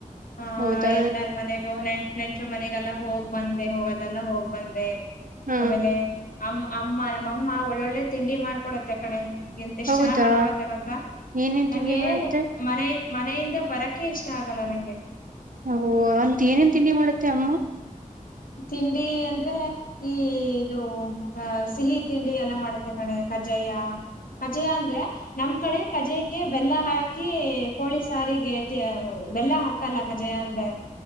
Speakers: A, on the left; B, on the right.
A: ಹಾ
B: ಹೌದಾ
A: ಎಲ್ಲಾರ ಮನೆಗೂ ನೆಂಟ್ ನೆಂಟ್ರು ಮನೆಗೆಲ್ಲ ಹೋಗ್ ಬಂದೆ ಹೋಗದೆಲ್ಲ ಹೋಗ್ ಬಂದೆ
B: ಹಾ
A: ಆಮೇಲೆ ಅಮ್ಮ ಅಮ್ಮ ನಮ್ಮಮ್ಮ ಒಳ್ಳೊಳ್ಳೆ ತಿಂಡಿ ಮಾಡಡ್ಕೊಡುತ್ತೆ ಕಣೆ ಎಂತ ಎಷ್ಟ್
B: ಹೌದಾ
A: ಚೆನ್ನಾಗ್ ಮಾಡಿಕೊಡುತ್ತೆ ಗೊತ್ತಾ
B: ಏನೇನ್
A: ನನಗೆ
B: ತಿಂಡಿ ಮಾಡುತ್ತೆ
A: ಮನೆ ಮನೆಯಿಂದ ಬರಕೆ ಇಷ್ಟ ಆಗಲ್ಲ ನಂಗೆ
B: ಓಹೋ ಅಂತ ಏನೇನ್ ತಿಂಡಿ ಮಾಡತ್ತೆ ಅಮ್ಮ
A: ತಿಂಡಿ ಅಂದ್ರೆ ಈ ಇದು ಅ ಸಿಹಿ ತಿಂಡಿ ಎಲ್ಲ ಮಾಡುತ್ತೆ ಕಣೆ ಕಜ್ಜಾಯ ಕಜ್ಜಾಯ ಅಂದ್ರೆ ನಮ್ ಕಡೆ ಕಜ್ಜಾಯಕ್ಕೆ ಬೆಲ್ಲ ಹಾಕಿ ಕೋಳಿ ಸಾರಿಗೆ ಬೆಲ್ಲ ಹಾಕಲ್ಲ ಕಜ್ಜಾಯ ಅಂದ್ರೆ